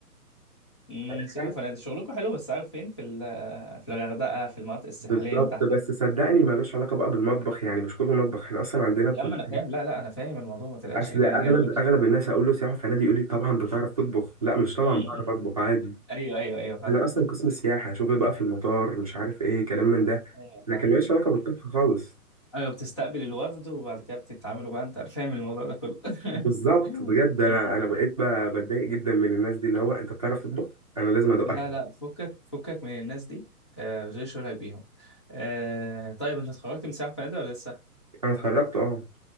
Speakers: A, on the left; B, on the right.
A: امم
B: عارفها
A: سياحه وفنادق شغلكم حلو بس عارف فين في ال- في الغردقه في المناطق الساحليه
B: بالظبط
A: اللي تحت
B: بس
A: دي
B: صدقني ملوش علاقة بقى بالمطبخ يعني مش كله مطبخ احنا أصلا عندنا كلية
A: يا اما انا فاهم لا لا انا فاهم الموضوع ما تقلقش
B: اصل
A: <laughs> أنا- أنا-
B: اغلب اغلب الناس اقول له سياحه في نادي يقول لي طبعا بتعرف تطبخ لا مش طبعا
A: أمم، أمم،
B: بعرف
A: أمم.
B: اطبخ عادي
A: ايوه ايوه ايوه فاهم
B: انا اصلا قسم سياحه شغل بقى في المطار مش عارف ايه كلام من ده
A: ايوه
B: لكن
A: فاهم
B: ماليش علاقه بالطبخ خالص
A: ايوه بتستقبل الوفد وبعد كده بتتعاملوا بقى انت فاهم الموضوع ده كله
B: بالظبط
A: <laughs>
B: بجد انا
A: أمم.
B: انا بقيت ب- بتضايق جدا من الناس دي اللي هو انت بتعرف تطبخ انا لازم ادوق
A: لا
B: اكلك
A: لا فكك فكك من الناس دي آه مش شغلك بيهم آه طيب انت اتخرجت من سياحه وفنادق ولا لسه
B: انا اتخرجت اه